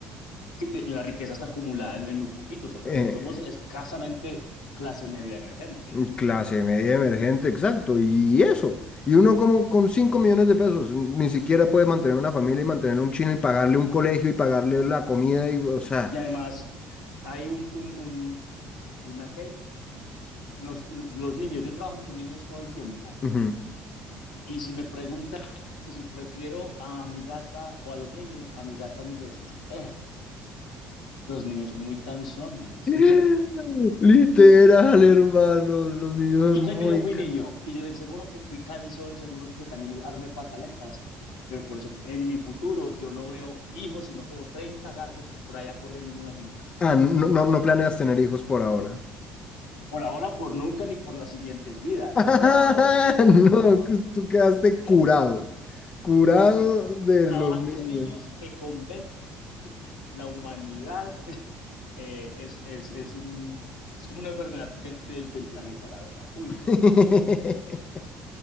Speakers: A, on the left; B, on the left.
A: que de la riqueza está acumulada en, en, muy poquitos, el
B: eh,
A: resto somos escasamente clase media emergente.
B: mm, clase media emergente, exacto, y eso. Y uno como con 5 millones de pesos, ni siquiera puede mantener una familia y mantener un chino y pagarle un colegio y pagarle la comida y, o sea,
A: Y además hay un, un, un una qué, los, los niños, yo trabajo con niños todo el tiempo
B: ujú.
A: y si me preguntan que si prefiero a mi gata o a los niños, a mi gata mil veces. Eh, los niños son muy cansones
B: <gasps> Literal, hermano. Los niños
A: <laughs>
B: son
A: yo
B: muy
A: sé que yo fui
B: cansados.
A: niño y yo seguro que fui cansón seguro que también armé pataletas, pero por eso en mi futuro yo no veo hijos, sino como 30 gatos por allá corriendo en una finca.
B: Ah, no, no, no planeas tener hijos por ahora.
A: Por ahora, por nunca, ni por las siguientes vidas.
B: <laughs>
A: No.
B: No, que tú quedaste curado.
A: <laughs>
B: Curado
A: no, es que
B: de
A: trabajar
B: los niños.
A: con niños te convence la humanidad eh, es, es, es, un, es como una enfermedad del, del, del planeta, la verdad. Uy,
B: <laughs>
A: no, horrible.